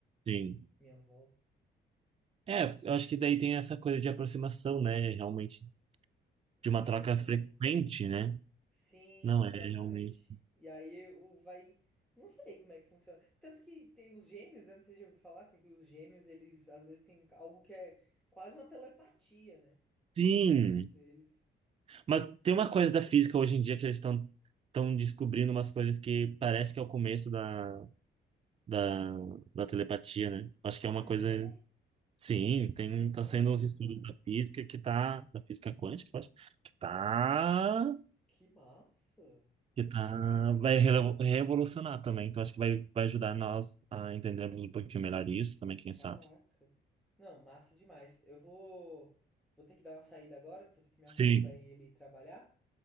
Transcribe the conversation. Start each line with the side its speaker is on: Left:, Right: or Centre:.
Right: sim.
Centre: minha avó.
Right: É, eu acho que daí tem essa coisa de aproximação, né? Realmente, de uma
Centre: Sim,
Right: troca frequente, né?
Centre: Sim,
Right: Não, é
Centre: exatamente.
Right: realmente.
Centre: E aí o vai. Não sei como é que funciona. Tanto que tem os gêmeos, né? Não sei se já ouviu falar que os gêmeos, eles às vezes têm algo que é quase uma telepatia, né?
Right: Sim,
Centre: Entre eles.
Right: mas tem uma coisa da física hoje em dia que eles estão estão descobrindo umas coisas que parece que é o começo da, da, da telepatia, né? Acho que
Centre: Ah,
Right: é uma coisa
Centre: é?
Right: Sim, tem,
Centre: Nossa,
Right: tá sendo uns estudos da física que tá, da física quântica, eu acho, que tá,
Centre: que massa!
Right: que tá, vai relevo- revolucionar também, então acho que vai, vai ajudar nós a entendermos um pouquinho melhor isso também, quem
Centre: Caraca.
Right: sabe.
Centre: Não, massa demais. Eu vou. Vou ter que dar uma saída agora, que eu vou ter que me
Right: Sim,
Centre: arrumar pra ele trabalhar.